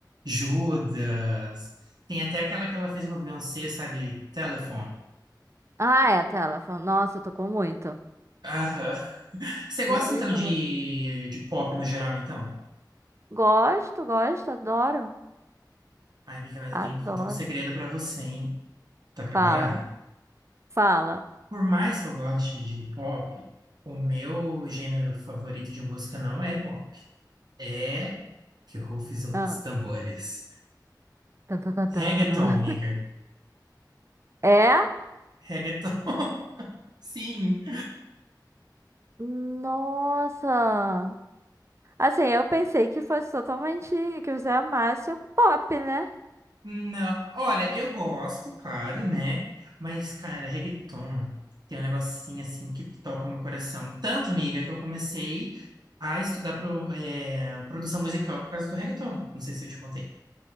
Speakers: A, on the right (about 65°); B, on the right (about 40°).
A: Judas. Tem até aquela que ela fez com a Beyoncé, sabe? Telephone.
B: Ah, é, tá. Ela falou, nossa, tocou muito.
A: Aham. Você gosta
B: Muito,
A: então de,
B: muito.
A: de pop no geral, então?
B: Gosto, gosto, adoro.
A: Ai, amiga, mas eu tenho
B: Adoro.
A: que contar um segredo pra você, hein? Tá preparada?
B: Fala, fala.
A: Por mais que eu goste de pop, o meu gênero favorito de música não é pop. É que rufem os
B: Ah.
A: tambores.
B: Tan, tan, tan, tan.
A: Reggaeton, amiga.
B: É?
A: Reggaeton. <laughs> Sim.
B: Nossa! Assim, eu pensei que fosse totalmente que você amasse o pop, né?
A: Não, olha, eu gosto, claro, né? Mas, cara, reggaeton tem um negocinho assim que toca meu coração. Tanto, miga, que eu comecei a estudar pro- eh, produção musical por causa do reggaeton. Não sei se eu te contei.